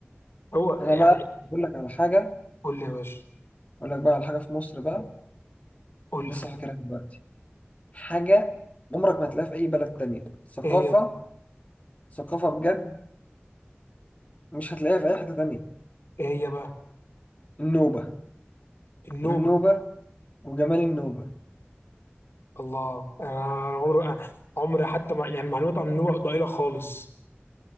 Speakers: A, on the left; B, on the left.
A: هو يعني
B: انا بقى بقول لك على حاجه
A: قول لي يا باشا
B: اقول لك بقى على حاجه في مصر بقى
A: قول لي
B: لسه فاكرها دلوقتي حاجه عمرك ما هتلاقيها في اي بلد تانية ثقافه
A: ايه هي بقى
B: ثقافه بجد مش هتلاقيها في اي حته تانية
A: ايه هي بقى
B: النوبه
A: النوبه
B: النوبه وجمال النوبه
A: الله انا أنا عمري انا عمري حتى مع يعني معلومات عن النوبه ضئيله خالص